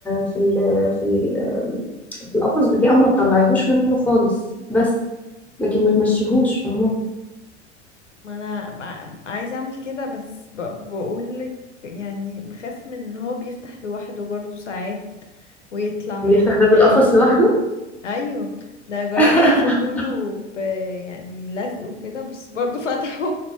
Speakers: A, in the centre; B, on the left (about 80°).
A: في ال في ال في القفص بتاعه ما تطلعيهوش منه خالص بس لكن ما تمشيهوش فاهمه
B: ما انا ب- عايزه اعمل كده بس بقول لك يعني بخاف من ان هو بيفتح لوحده برضو ساعات ويطلع
A: بيفتح باب
B: أم...
A: القفص لوحده
B: ايوه ده جربت
A: <laughs>
B: اقفله له ب... يعني لزق وكده بس برضو <laughs> فتحه